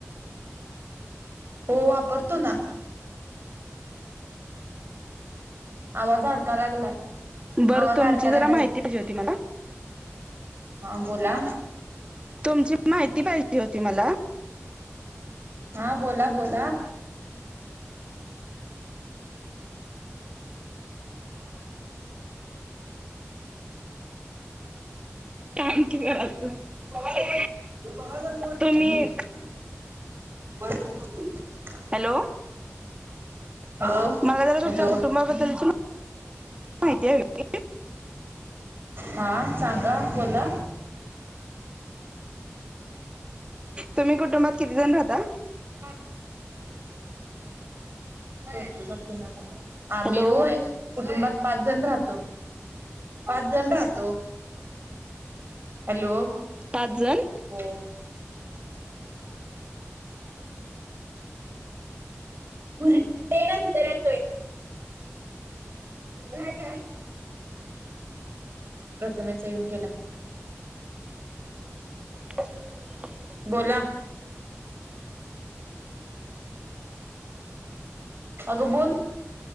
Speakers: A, on the right; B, on the right.
A: होओ वापरतोना. आवाज अडका लागलाय.
B: बरं
A: आवाज
B: तुमची
A: अडकालाय
B: जरा माहिती <inaudible> पाहिजे होती मला
A: हां बोला.
B: तुमची <inaudible> माहिती पाहिजे जी होती मला.
A: हां बोलाबोला.
B: <inaudible>
A: <inaudible>
B: तुम्ही हॅलो
A: हॅलो
B: मला जरा
A: हॅलो
B: तुमच्या कुटुंबाबद्दलची मा माहिती हवी होती
A: हां सांगा बोला
B: तुम्ही कुटुंबात किती जण राहता?
A: पाच <inaudible> तुझा फोन आला आम्ही
B: हॅलो
A: होय कुटुंबात पाचजन राहतो पाचजन राहतो. हॅलो
B: पाचजण
A: हो भुरं टे नंतर येतोय काय काय? प्रथमेशचा येऊन गेला
B: <inaudible>
A: बोला अगं बोल